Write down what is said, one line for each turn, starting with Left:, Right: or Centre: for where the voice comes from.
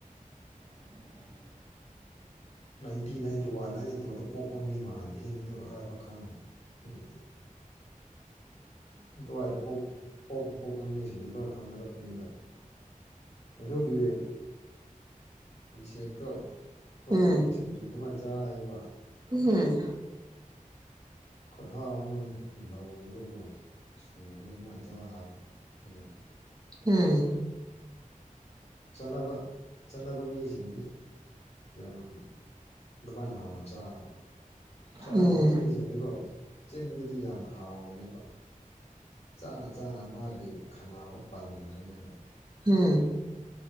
Right: <inaudible>
Left: ꯅꯥꯏꯟꯇꯤ ꯅꯥꯏꯟꯇꯤ ꯋꯥꯟ ꯅꯥꯏꯟꯇꯤ ꯇꯨꯗ ꯄꯣꯛꯄ ꯃꯤ ꯃꯥꯟꯗꯦꯕꯗꯨ ꯍꯥꯏꯕ ꯈꯪ ꯑꯗꯨꯗꯤ ꯇꯨꯡ ꯍꯥꯏꯗ ꯀꯣ ꯄꯣꯛꯄ ꯄꯣꯛꯄ ꯃꯤꯁꯤꯡꯁꯤ ꯂꯣꯏꯅ ꯈꯪꯅꯔꯛꯄꯅꯤꯗ ꯑꯗꯨꯒꯤ ꯁꯦꯛꯇꯣ ꯑꯩꯈꯣꯏꯗꯤ
Right: ꯎꯝ
Left: ꯁꯤꯡꯖꯨ ꯑꯗꯨꯃꯥꯏꯅ ꯆꯥꯔꯦꯕ
Right: ꯎꯝ
Left: ꯈꯨꯠ ꯍꯥꯎꯕ ꯃꯥꯜꯅꯦ ꯂꯧꯔꯒꯀꯣ ꯁꯨꯔꯒ ꯑꯗꯨꯃꯥꯏꯅ ꯇꯥꯕꯅꯦꯕ
Right: ꯎꯝ
Left: ꯆꯠꯅꯕ ꯆꯠꯅꯕ ꯃꯤꯁꯤꯡꯗꯤ ꯌꯥꯝꯅ ꯑꯗꯨꯃꯥꯏꯅ ꯍꯥꯎꯅ ꯆꯥꯕ ꯆꯥꯟꯅꯗꯕ
Right: ꯎꯝ
Left: ꯃꯤꯁꯤꯡ ꯑꯗꯨꯀꯣ ꯆꯤꯟꯗꯗꯤ ꯌꯥꯝꯅ ꯍꯥꯎꯅꯦꯕ ꯆꯥꯅ ꯆꯥꯅ ꯃꯥꯒꯤ ꯈꯅꯥꯎꯗ ꯄꯟꯈ꯭ꯔꯅꯦꯕ
Right: ꯎꯝ